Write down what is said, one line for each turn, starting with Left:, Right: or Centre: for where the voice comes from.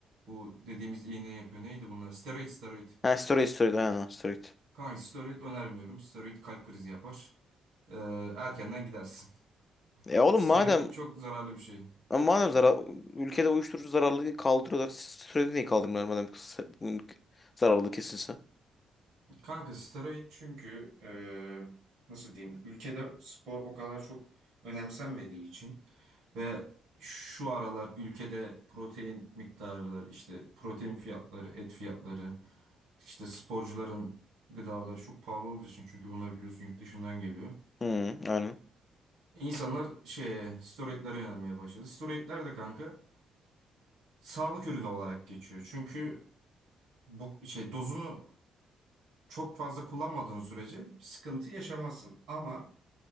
Right: bu dediğimiz iğne yapıyor. Neydi bunlar? Steroid, steroid.
Left: Ha steroid steroid aynen ha, steroid.
Right: Kanka steroid önermiyorum. Steroid kalp krizi yapar. Ee, erkenden gidersin. <laughs>
Left: E oğlum
Right: Steroid
Left: madem
Right: çok zararlı bir şey.
Left: e, madem zarar, ülkede uyuşturucu zararlılığı kaldırıyorlar. Steroidi niye kaldırmıyorlar madem kısa- bunun zararlılığı kesinse?
Right: Kanka steroid çünkü e, nasıl diyeyim ülkede spor o kadar çok önemsenmediği için ve şu aralar ülkede protein miktarları işte protein fiyatları et fiyatları işte sporcuların gıdaları çok pahalı olduğu için çünkü bunlar biliyorsun yurt dışından geliyor.
Left: Hı, aynen.
Right: İnsanlar şeye steroidlere yönelmeye başladı. Steroidler de kanka sağlık ürünü olarak geçiyor. Çünkü bu, şey dozunu çok fazla kullanmadığın sürece bir sıkıntı yaşamazsın ama